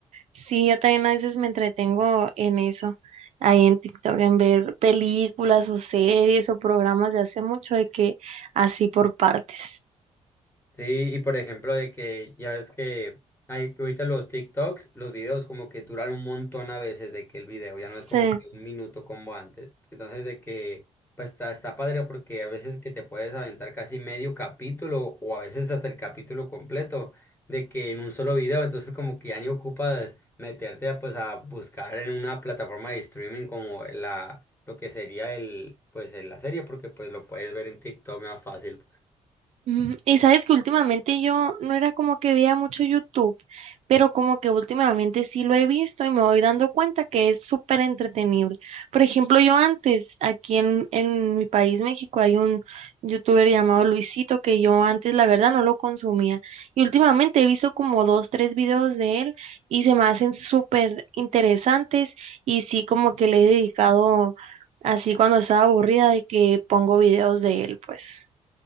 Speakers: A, on the right; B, on the left.
A: Sí, yo también a veces me entretengo en eso, ahí en TikTok, en ver películas o series o programas de hace mucho de que así por partes.
B: Sí, y por ejemplo, de que ya ves que hay que ahorita los TikToks, los videos como que duran un montón a veces de que el video ya no
A: Sí.
B: es como que un minuto como antes. Entonces, de que pues está, está padre porque a veces que te puedes aventar casi medio capítulo o a veces hasta el capítulo completo de que en un solo video, entonces como que ya ni ocupas meterte a, pues a buscar en una plataforma de streaming como la lo que sería el pues el- la serie porque pues lo puedes ver en TikTok más fácil.
A: Ujú, Y sabes que últimamente yo no era como que veía mucho YouTube, pero como que últimamente sí lo he visto y me voy dando cuenta que es súper entretenible. Por ejemplo, yo antes, aquí en, en mi país, México, hay un youtuber llamado Luisito que yo antes la verdad no lo consumía. Y últimamente he visto como dos, tres videos de él y se me hacen súper interesantes y sí como que le he dedicado así cuando estaba aburrida de que pongo videos de él, pues.